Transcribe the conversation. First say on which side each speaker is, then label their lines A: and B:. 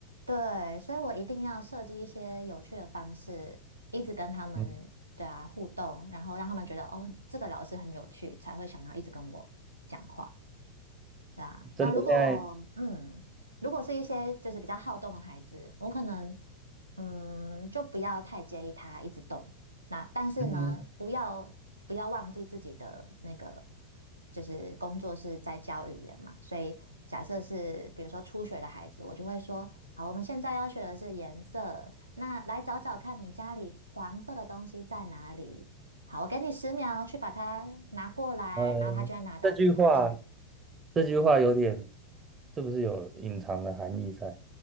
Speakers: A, on the right (about 80°); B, on the right (about 20°).
A: 对，所以我一定要设计一些有趣的方式，一直跟他们对啊互动，
B: 嗯，
A: 然后让他们觉得哦，这个老师很有趣，才会想要一直跟我讲话。对啊，
B: <laughs> 真的，
A: 那如果嗯，
B: 现在，
A: 如果是一些就是比较好动的孩子，我可能嗯就不要太介意他一直动。那但是呢，
B: 嗯
A: 不要不要忘记自己的那个就是工作是在教语言嘛，所以假设是比如说初学的孩子，我就会说，好，我们现在要学的是颜色，那来找找看你家里黄色的东西在哪里。好，我给你十秒去把它拿过来，
B: 呃，
A: 然后他就会拿到镜头前。
B: 这句话，这句话有点，是不是有隐藏的含义在？